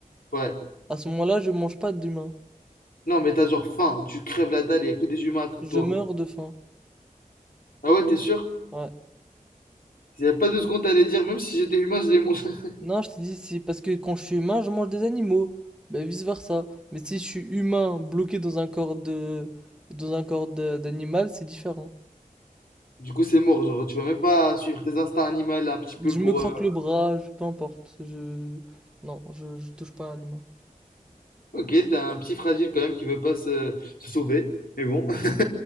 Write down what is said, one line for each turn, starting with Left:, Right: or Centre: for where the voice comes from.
Left: Ouais.
Centre: à ce moment-là, je mange pas d'humain.
Left: Non, mais t'as genre faim, tu crèves la dalle, y a que des humains à côté
Centre: Je
Left: de toi.
Centre: meurs de faim.
Left: Ah ouais, t'es sûr?
Centre: Ouais.
Left: Il y a pas deux secondes, t'allais dire, même si j'étais humain, je les mange. <laughs>
Centre: Non, je t'ai dit, c'est parce que quand je suis humain, je mange des animaux. Ben vice-versa. Mais si je suis humain bloqué dans un corps de, dans un corps de- d'animal, c'est différent.
Left: Du coup, c'est mort, genre, tu vas même pas suivre tes instincts animaux un petit peu
Centre: Je
Left: pour.
Centre: me croque
Left: euh,
Centre: le bras, je- peu importe. Je... Non, je, je touche pas à l'humain.
Left: Ok, t'es un petit fragile quand même qui veut pas se, se sauver, mais bon. <laughs>